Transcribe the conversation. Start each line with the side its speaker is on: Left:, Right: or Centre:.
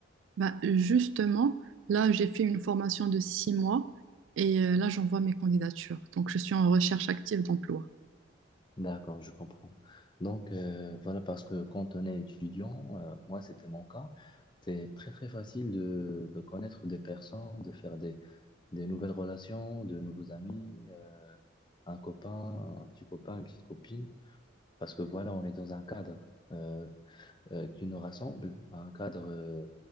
Right: Bah, justement, là, j'ai fait une formation de six mois et euh, là, j'envoie mes candidatures. Donc, je suis en recherche active d'emploi.
Left: D'accord, je comprends. Donc euh, voilà, parce que quand on est étudiant, euh, moi c'était mon cas, c'est très très facile de, de connaître des personnes, de faire des des nouvelles relations, de nouveaux amis, euh, un copain, un petit copain, une petite copine, parce que voilà, on est dans un cadre euh, euh, qui nous rassemble, un cadre, euh,